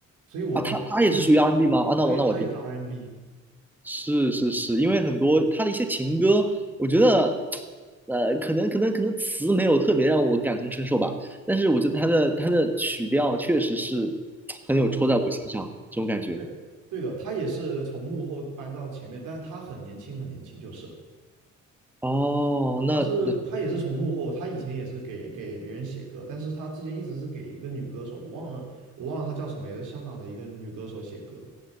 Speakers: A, on the right; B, in the centre.
A: 所以我我很清楚，
B: 啊，他他也是属于 R&B 吗？啊，那我那我听。
A: 对，他也是 R&B n。
B: 是是是，因为很多他的一些情歌，我觉得，呃，可能可能可能词没有特别让我感同身受吧，但是我觉得他的他的曲调确实是很有戳在我心上这种感觉。
A: 好听的。对，对的，他也是从幕后搬到前面，但是他很年轻，很年轻，就是了
B: 哦，那那
A: 他是他也是从幕后，他以前也是给给别人写歌，但是他之前一直是给一个女歌手，我忘了我忘了她叫什么，也是香港的一个女歌手写歌的。